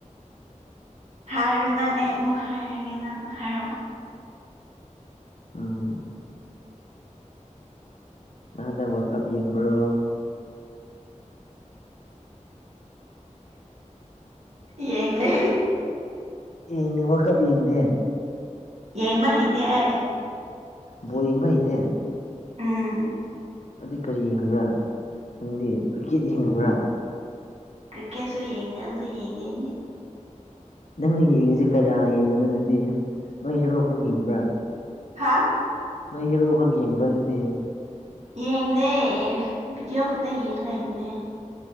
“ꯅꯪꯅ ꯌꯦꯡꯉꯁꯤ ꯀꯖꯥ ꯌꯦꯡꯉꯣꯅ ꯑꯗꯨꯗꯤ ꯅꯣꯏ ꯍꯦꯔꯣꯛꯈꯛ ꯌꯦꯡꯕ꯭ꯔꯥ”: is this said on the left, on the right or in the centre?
Left